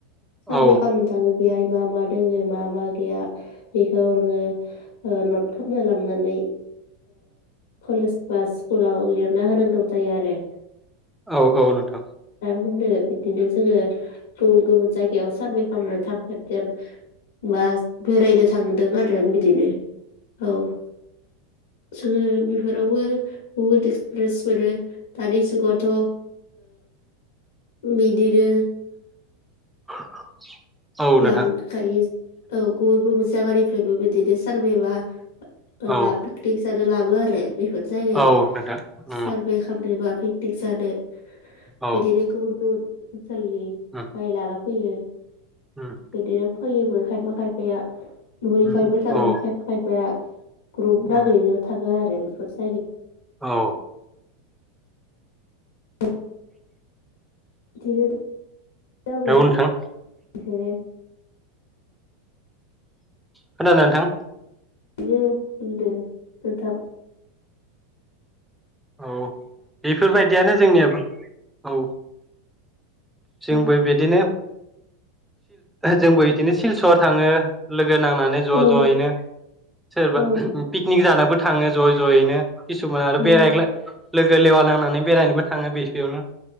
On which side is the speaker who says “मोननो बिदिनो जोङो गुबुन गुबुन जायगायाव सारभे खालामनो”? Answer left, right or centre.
Left